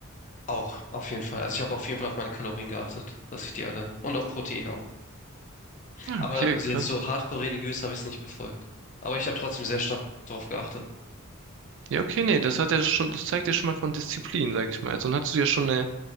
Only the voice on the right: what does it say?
Ja,
okay,
krass.
Ja, okay, nee, das hat ja schon, das zeigt ja schon mal von Disziplin, sag ich mal. Also, dann hast du ja schon eine